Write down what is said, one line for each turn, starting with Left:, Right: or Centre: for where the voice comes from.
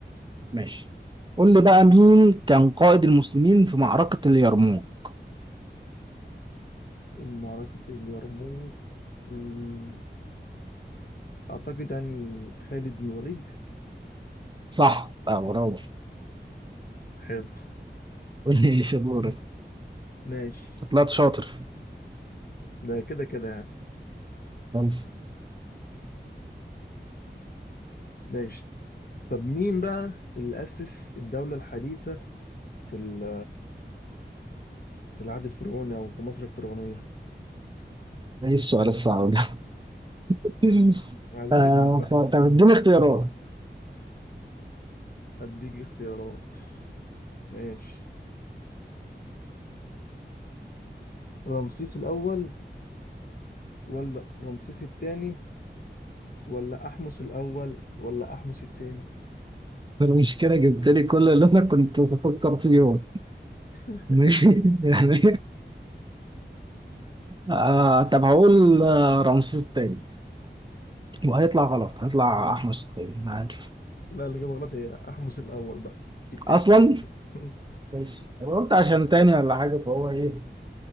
Right: ماشي قول لي بقى مين كان قائد المسلمين في معركة اليرموك
Left: يلا معركة اليرموك مم، أعتقد يعني خالد بن وليد
Right: صح بقى برافو
Left: حلو
Right: قول لي ايش دورك
Left: ماشي
Right: طلعت شاطر
Left: ده كده كده يعني
Right: خلاص
Left: ماشي طب مين بقى اللي أسس الدولة الحديثة في ال- في العهد الفرعوني أو في مصر الفرعونية؟
Right: ايه السؤال الصعب ده <laughs>
Left: عايزين
Right: آه
Left: نكسب بقى
Right: طب طب اديني اختيارات
Left: أديك اختيارات ماشي رمسيس الأول ولا رمسيس الثاني ولا أحمس الأول ولا أحمس الثاني؟
Right: المشكلة جبت لي كل اللي انا كنت بفكر فيهم <laughs>
Left: <laughs>
Right: ماشي. يعني آه طب هقول آه، رمسيس التاني وهيطلع غلط هيطلع احمس التاني انا عارف
Left: لا اللي جاب غلط هي احمس الاول بقى مش التاني
Right: اصلا
Left: <laughs>
Right: ماشي أنا قلت عشان تاني ولا حاجة فهو ايه